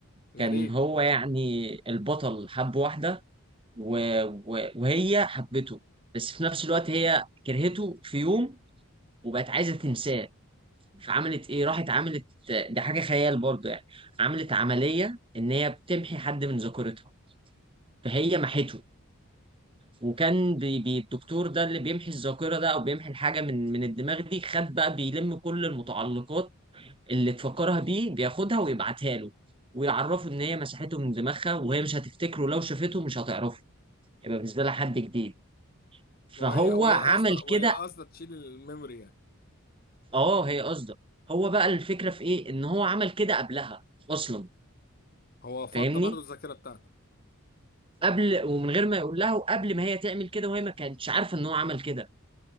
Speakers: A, on the left; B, on the right.
A: يا
B: كان
A: ريت
B: هو يعني البطل حب واحدة و...
A: م?
B: و... وهي حبته بس في نفس الوقت هي كرهته في يوم وبقت عايزه تنساه فعملت ايه راحت عملت ده حاجه خيال برضه يعني عملت عمليه ان هي بتمحي حد من ذاكرتها فهي محته وكان بي... بي... الدكتور ده اللي بيمحي الذاكره ده او بيمحي الحاجه من من الدماغ دي خد بقى بيلم كل المتعلقات اللي تفكرها بيه بياخدها ويبعتها له ويعرفه ان هي مسحته من دماغها وهي مش هتفتكره لو شافته مش هتعرفه يبقى بالنسبه لها حد جديد فهو
A: وهي وهي
B: عمل
A: قصده وهي
B: كده
A: قصده تشيل الميموري يعني
B: اه هي قصده هو بقى الفكرة في ايه ان هو عمل كده قبلها اصلا
A: هو فضى
B: فاهمني
A: برضو الذاكره بتاعته
B: قبل ومن غير ما يقول لها وقبل ما هي تعمل كده وهي ما كانتش عارفة ان هو عمل كده